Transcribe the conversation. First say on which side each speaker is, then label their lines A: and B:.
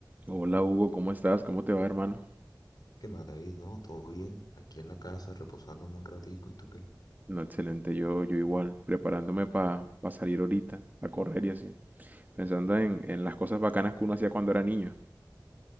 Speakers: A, on the right (about 25°); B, on the left (about 60°).
A: Hola Hugo, ¿cómo estás? ¿Cómo te va, hermano?
B: ¿Qué más, David? ¿No? ¿Todo bien? Aquí en la casa, reposándome un ratico. ¿Y tú qué?
A: No, excelente, yo, yo igual, preparándome para salir ahorita, a correr y así, pensando en, en las cosas bacanas que uno hacía cuando era niño.